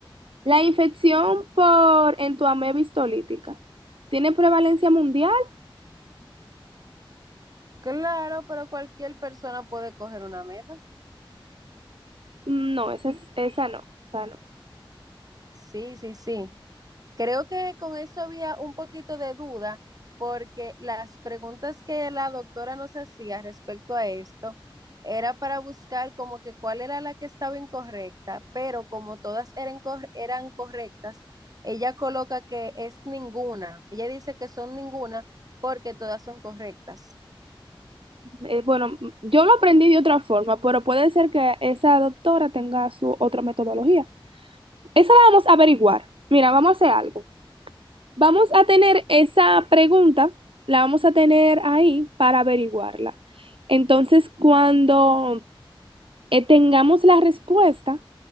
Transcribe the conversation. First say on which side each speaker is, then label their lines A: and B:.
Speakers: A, on the right; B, on the right.
A: La infección por Entoamé bistolítica. ¿Tiene prevalencia mundial?
B: Claro, pero cualquier persona puede coger una meta.
A: Mm, No, esa, es- esa no. esa no.
B: Sí, sí, sí. Creo que con eso había un poquito de duda porque las preguntas que la doctora nos hacía respecto a esto era para buscar como que cuál era la que estaba incorrecta, pero como todas eran, cor- eran correctas, ella coloca que es ninguna. Ella dice que son ninguna porque todas son correctas.
A: Eh, bueno, mm, yo lo aprendí de otra forma, pero puede ser que esa doctora tenga su otra metodología. Esa la vamos a averiguar. Mira, vamos a hacer algo. Vamos a tener esa pregunta, la vamos a tener ahí para averiguarla. Entonces, cuando eh, tengamos la respuesta,